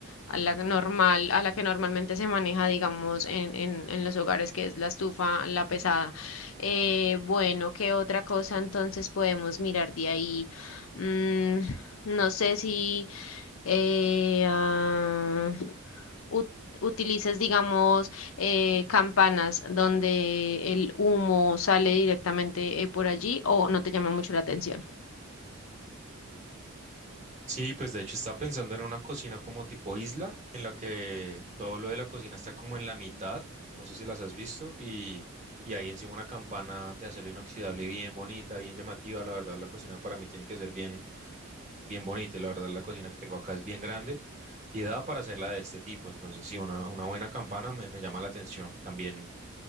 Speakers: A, on the left; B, on the right.
A: a la normal, a la que normalmente se maneja, digamos, en, en, en los hogares, que es la estufa, la pesada. Eh, bueno, ¿qué otra cosa entonces podemos mirar de ahí? Mm, no sé si eh, ah, ut- utilices, digamos, eh, campanas donde el humo sale directamente eh, por allí o no te llama mucho la atención.
B: Sí, pues de hecho estaba pensando en una cocina como tipo isla, en la que todo lo de la cocina está como en la mitad, no sé si las has visto, y, y ahí encima una campana de acero inoxidable bien bonita, bien llamativa, la verdad la cocina para mí tiene que ser bien bien bonita y la verdad la cocina que tengo acá es bien grande y da para hacerla de este tipo. Entonces, sí, una, una buena campana me, me llama la atención. También,